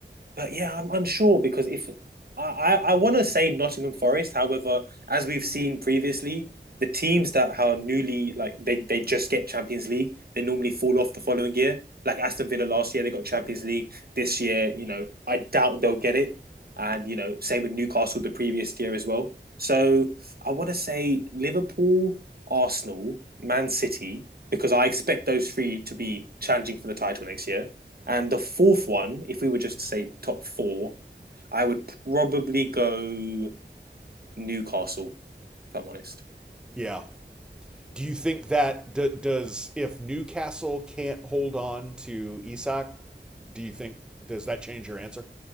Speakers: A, on the right; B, in the centre.
A: But yeah, I'm unsure because if I I, I want to say Nottingham Forest, however, as we've seen previously, the teams that are newly like they they just get Champions League, they normally fall off the following year. Like Aston Villa last year, they got Champions League. This year, you know, I doubt they'll get it. And you know, same with Newcastle the previous year as well. So I want to say Liverpool, Arsenal, Man City, because I expect those three to be challenging for the title next year. And the fourth one, if we were just to say top four, I would probably go Newcastle, if I'm honest.
B: Yeah. Do you think that d- does if Newcastle can't hold on to Isak, do you think does that change your answer?